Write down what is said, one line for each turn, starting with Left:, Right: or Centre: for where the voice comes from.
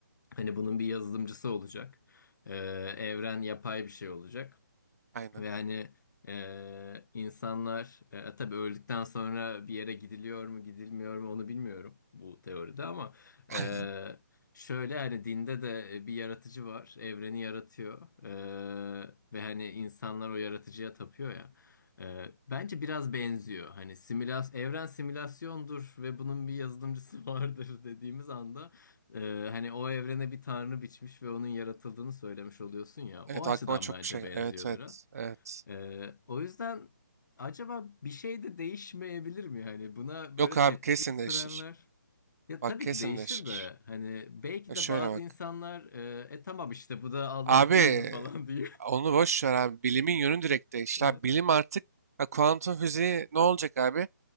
Left: hani bunun bir yazılımcısı olacak, E, evren yapay bir şey olacak.
Right: Aynen.
Left: Ve hani e, insanlar e, tabii öldükten sonra bir yere gidiliyor mu gidilmiyor mu onu bilmiyorum bu teoride ama
Right: <laughs>
Left: e,
Right: Aynen.
Left: şöyle hani dinde de e, bir yaratıcı var evreni yaratıyor E, ve hani insanlar o yaratıcıya tapıyor ya. E, bence biraz benziyor hani simülas evren simülasyondur ve bunun bir yazılımcısı <laughs> vardır dediğimiz anda e, hani o evrene bir tanrı biçmiş ve onun yaratıldığını söylemiş oluyorsun ya
Right: Evet
Left: o açıdan
Right: aklıma çok
Left: bence
Right: bir şey gel-
Left: benziyor
Right: Evet evet
Left: biraz.
Right: evet.
Left: Ee, o yüzden acaba bir şey de değişmeyebilir mi? Hani buna böyle
Right: Yok abi
Left: tepki
Right: kesin
Left: gösterenler.
Right: değişir.
Left: Ya
Right: Bak
Left: tabii
Right: kesin
Left: ki değişir
Right: değişir.
Left: de hani belki
Right: Ya şöyle
Left: de bazı
Right: bak.
Left: insanlar e, "E tamam işte bu da Allah
Right: Abi
Left: değil mi falan diyor.
Right: onu boş ver abi. Bilimin yönü direkt değişti.
Left: <laughs> Hı
Right: Abi, bilim artık ha, kuantum fiziği ne olacak abi?